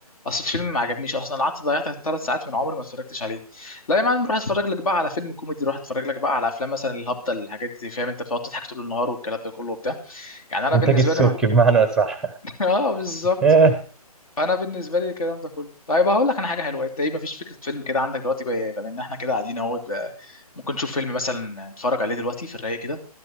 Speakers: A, on the left; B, in the centre.
A: اصل الفيلم ما عجبنيش اصلا قعدت ضيعت ثلاث ساعات من عمري ما اتفرجتش عليه لا يا معلم روح اتفرج لك بقى على فيلم كوميدي روح اتفرج لك بقى على افلام مثلا الهبطه الحاجات دي فاهم انت بتقعد تضحك طول النهار والكلام ده كله وبتاع يعني انا
B: انتاج
A: بالنسبه
B: السبكي
A: لي معنى
B: بمعنى صح
A: <laughs> اه بالظبط
B: <laughs>
A: فانا بالنسبه لي الكلام ده كله طيب هقول لك انا حاجه حلوه انت ايه مفيش فكره فيلم كده عندك دلوقتي بقى- بما ان احنا كده قاعدين اهوت بقى، ممكن نشوف فيلم مثلا نتفرج عليه دلوقتي في الرايق كده